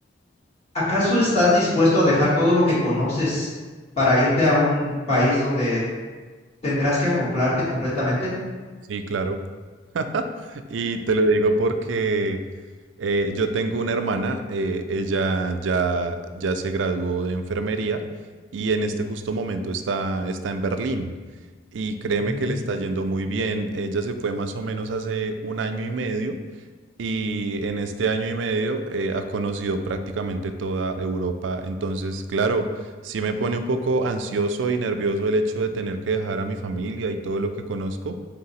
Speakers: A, on the left; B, on the right.
A: ¿Acaso
B: Sí,
A: estás dispuesto a dejar todo lo que conoces para irte a un país donde tendrás que acoplarte completamente?
B: Sí, claro. <laughs> Y te lo digo porque Eh, yo tengo una hermana, eh, ella ya, ya se graduó de enfermería y en este justo momento está, está en Berlín. Y créeme
A: Mm.
B: que le está yendo muy bien. Ella se fue más o menos hace un año y medio y en este año y medio eh, ha conocido prácticamente toda Europa. Entonces, claro, sí me pone un poco ansioso y nervioso el hecho de tener que dejar a mi familia y todo lo que conozco,